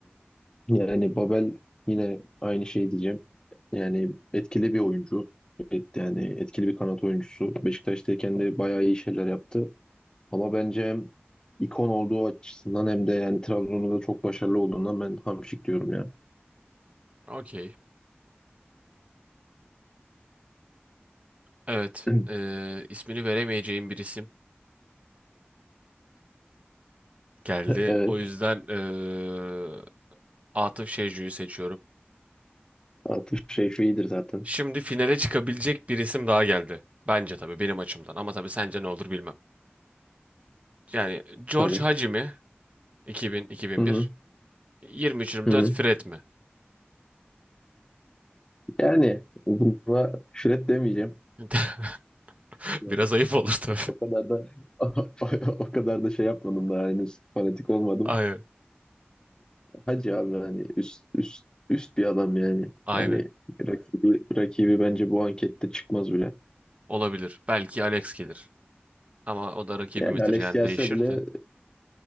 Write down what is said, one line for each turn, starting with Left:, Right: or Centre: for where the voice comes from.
Left: yani Babel yine aynı şey diyeceğim. Yani etkili bir oyuncu. Evet, yani etkili bir kanat oyuncusu. Beşiktaş'tayken de bayağı iyi şeyler yaptı. Ama bence hem ikon olduğu açısından hem de yani Trabzon'da da çok başarılı olduğundan ben hamşik diyorum ya.
Right: Okey. Evet.
Left: <clears throat>
Right: Eee ismini veremeyeceğim bir isim geldi.
Left: Evet.
Right: O yüzden eee Atıf Şecu'yu seçiyorum.
Left: Altın Şerifi iyidir zaten.
Right: Şimdi finale çıkabilecek bir isim daha geldi. Bence tabii benim açımdan. Ama tabii sence ne olur bilmem. Yani George
Left: Tabii.
Right: Haji mi? 2000-2001.
Left: Hı hı.
Right: 23-24
Left: Hı hı.
Right: Fred mi?
Left: Yani buna şüret demeyeceğim.
Right: <laughs>
Left: Yani
Right: Biraz ayıp olur tabii.
Left: o kadar da <laughs> o kadar da şey yapmadım daha henüz fanatik olmadım.
Right: Aynen.
Left: Hacı abi hani üst üst üst bir adam yani.
Right: Aynen.
Left: Yani rakibi, rakibi bence bu ankette çıkmaz bile.
Right: Olabilir. Belki Alex gelir. Ama o da rakibimizdir
Left: Yani Alex
Right: yani
Left: gelse
Right: değişir
Left: bile
Right: de.